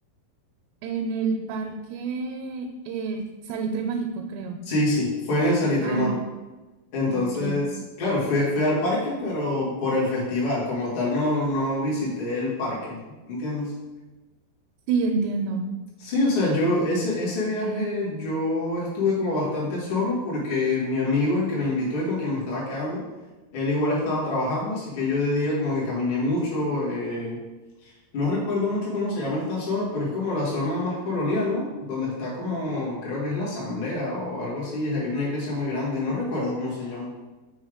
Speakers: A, on the right; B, on the left.
A: En el parque eh, Salitre Mágico, creo.
B: Sí, sí, fue en el Salitre
A: Ah,
B: Mágico. Entonces,
A: ok.
B: claro, fui, fui al parque, pero por el festival, como tal no, no visité el parque, ¿entiendes?
A: Sí, entiendo.
B: Sí, o sea, yo ese, ese viaje yo estuve como bastante solo porque mi amigo, el que me invitó y con quien me estaba quedando, él igual estaba trabajando, así que yo de día como que caminé mucho. eh, no recuerdo mucho cómo se llama esta zona, pero es como la zona más colonial, ¿no? Donde está como, creo que es la asamblea o algo así, hay una iglesia muy grande, no recuerdo cómo se llama.